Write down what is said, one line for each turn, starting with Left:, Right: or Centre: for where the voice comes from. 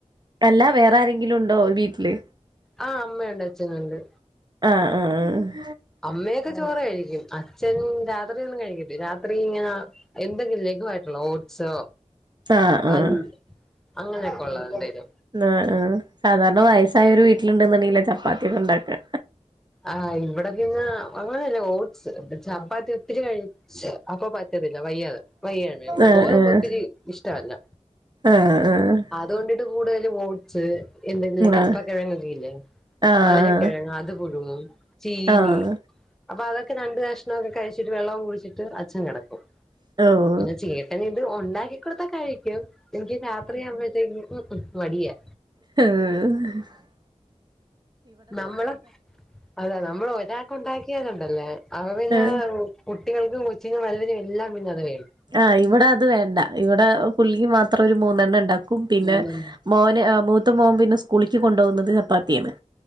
Right: അല്ല വേറെ ആരെങ്കിലും ഉണ്ടോ വീട്ടില്
Centre: ആ അമ്മയുണ്ട് അച്ഛനുണ്ട്
Right: ആഹ് ആഹ് ആഹ്
Centre: അമ്മയൊക്കെ ചോറ് കഴിക്കും അ ച്ചൻ രാത്രി ഒന്നും കഴിക്കത്തില്ല രാത്രി ഇങ്ങനെ എന്തെങ്കിലും ലഘുവായിട്ടുള്ള ഓട്സോ
Right: ആഹ് ആഹ് ആഹ്
Centre: അങ്ങ് അങ്ങനെയൊക്കെ ഒള്ള എന്തേലും
Right: ആഹ് ആഹ് സാധാരണ വയസ്സായോര് വീട്ടിലിണ്ട്ന്നുണ്ടെങ്കിലാ ചപ്പാത്തിയൊക്കെ ഇണ്ടാക്കാ
Centre: ആഹ് ഇവിടെ പിന്നാ അങ്ങനല്ല ഓട്സ് ചപ്പാത്തി ഒത്തിരി കഴി അപ്പൊ പറ്റുന്നില്ല വയ്യാത് വയ്യാഞ്ഞേ
Right: ആഹ്
Centre: ഗോതമ്പൊത്തിരി
Right: ആഹ്
Centre: ഇഷ്ട്ടവല്ല
Right: ആഹ്
Centre: അതുകൊണ്ടിട്ട് കൂടുതലും ഓട് സ് എന്തെങ്കിലും കപ്പക്കെഴങ്ങൊക്കെ
Right: ആഹ്
Centre: ഇല്ലേ
Right: ആഹ് ആഹ്
Centre: മധുരക്കിഴങ്ങ് അത് പുഴുങ്ങും ചീനി
Right: ആഹ്
Centre: അപ്പൊ അതൊക്കെ രണ്ട് കഷ്ണൊക്കെ കഴിച്ചിട്ട് വെള്ളവും കുടിച്ചിട്ട് അച്ചൻ കെടക്കും
Right: <unintelligible>
Centre: പിന്നെ ചേട്ടൻ ഇത് ഒണ്ടാക്കി കൊടുത്താ കഴി ക്കും എനിക്ക് രാത്രി ആകുമ്പഴത്തേക്ക് ഉം ഉം മടിയാ
Right: ആഹ്
Centre: നമ്മള് അതാ നമ്മൾ ഒരാക്ക് ഒണ്ടാക്കിയാലുണ്ടല്ലേ അപ്പ പിന്നെ
Right: ഏഹ്
Centre: കുട്ടികൾക്കും കൊച്ചിനും വൽതിനും എല്ലാം പിന്നെ അത് വേണം
Right: ആഹ് ഇവിടെ അത് വേണ്ട ഇവിടെ പുള്ളിക്ക് മാത്രം ഒരു മൂന്നെണ്ണം ഉണ്ടാക്കും പിന്നെ
Centre: ഊണും
Right: മോന് ആഹ് മൂത്ത മോൻ പിന്നെ സ്കൂളിക്ക് കൊണ്ടോകുന്നത് ചപ്പാത്തിയാണ്